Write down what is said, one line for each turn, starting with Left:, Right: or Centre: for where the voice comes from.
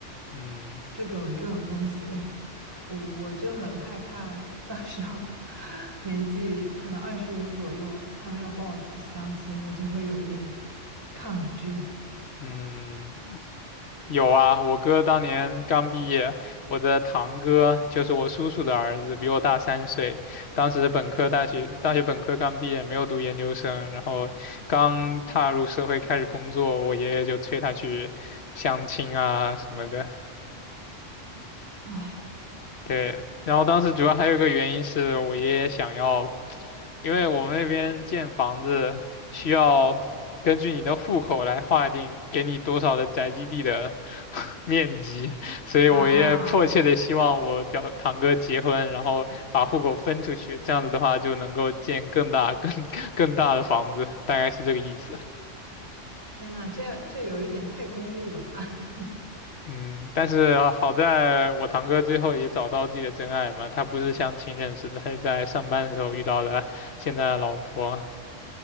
Left: 嗯。
Right: 这种这种东西，<laughs> 我我就很害怕，到时候 <laughs> 年纪可能二十五左右，他们要帮我去相亲，我就会有一点抗拒。
Left: 嗯，有啊，我哥当年刚毕业，我的堂哥就是我叔叔的儿子，比我大三岁。当时本科大学，大学本科刚毕业，没有读研究生，然后刚踏入社会开始工作，我爷爷就催他去相亲啊什么的。
Right: 唉
Left: 对，然后当时主要还有一个原因是我爷爷想要。因为我们那边建房子需要根据你的户口来划定给你多少的宅基地的 <laughs> 面积，所以我也迫切的希望我表堂哥结婚，
Right: 啊，
Left: 然后把户口分出去，这样子的话就能够建更大、更 <laughs> 更大的房子，大概是这个意思。
Right: 天呐，这样这有一点太功利了吧？<laughs>
Left: 嗯，但是啊好在我堂哥最后也找到自己的真爱嘛，他不是相亲认识的，他是在上班的时候遇到了现在的老婆。